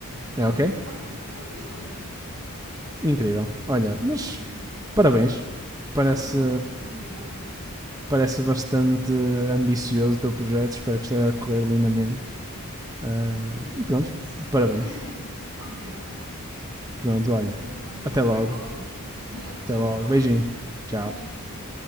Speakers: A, on the right; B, on the right.
A: Tá
B: É
A: bem,
B: ok?
A: ok, então depois falamos.
B: Incrível. Olha, mas
A: <laughs>
B: parabéns. Parece,
A: Obrigada, obrigada.
B: parece bastante ambicioso o teu projeto. Espero que esteja a correr lindamente. Ah, e pronto,
A: Sim,
B: parabéns.
A: <laughs> obrigada.
B: Pronto, olha.
A: Tanto, olha,
B: Até
A: até
B: logo.
A: logo. <laughs> Tchau,
B: Até logo.
A: tchau.
B: Beijinho. Tchau.
A: Beijinhos.